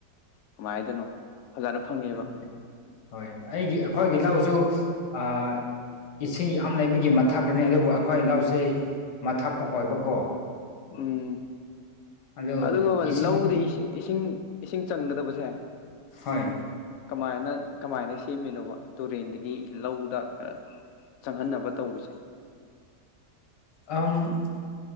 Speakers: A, on the left; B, on the left.
A: ꯀꯃꯥꯏ ꯍꯥꯏꯗꫭꯏꯅꫭ ꯐꯖꯅ ꯐꯪ
B: ꯑꯗꯨꯅꯦ ꯍꯣꯏ ꯑꯩꯒꯤ ꯑꯩꯈꯣꯏꯒꯤ ꯂꯧꯁꯨ ꯑꯥ ꯏꯁꯤꯡ ꯌꯥꯝ ꯂꯩꯕꯒꯤ ꯃꯊꯥꯛꯅꯤ ꯑꯗꯨꯕꯨ ꯑꯩꯈꯣꯏ ꯂꯧꯁꯤ ꯃꯊꯛꯇ ꯑꯣꯏꯕꯀꯣ
A: ꯎꯝ
B: ꯑꯗꯨ
A: ꯑꯗꯨꯒ
B: ꯏꯁꯤꯡꯗꯤ
A: ꯂꯧꯗ ꯏꯁꯤꯡ ꯏꯁꯤꯡ ꯆꯪꯒꯗꯕꯁꯦ
B: ꯍꯣꯏ
A: ꯀꯃꯥꯏꯅ ꯀꯃꯥꯏꯅ ꯁꯦꯝꯃꯤꯅꯣꯕ ꯇꯨꯔꯦꯟꯗꯒꯤ ꯂꯧꯗ ꯆꯪꯍꯟꯅꯕ ꯇꯧꯕꯁꯦ
B: ꯑꯝ